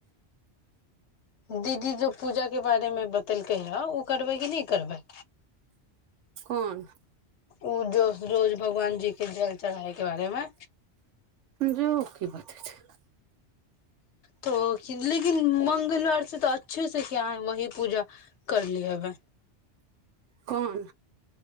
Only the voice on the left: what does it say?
दीदी जो पूजा के बारे मे बतेलकै ह ओ करबै कि नहि करबै
ओ जो रोज भगवान जी के जल चढ़ायके बारेमे
त लेकिन मंगलवार तऽ अच्छे से किये वही पूजा करलीएवे